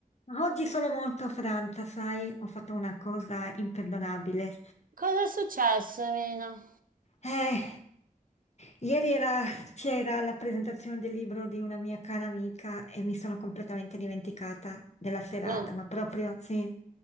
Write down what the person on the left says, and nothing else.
Ma Oggi sono molto affranta, sai, ho fatto una cosa imperdonabile.
Eh, ieri era- c'era la presentazione del libro di una mia cara amica e mi sono completamente dimenticata della serata,
ma proprio sì,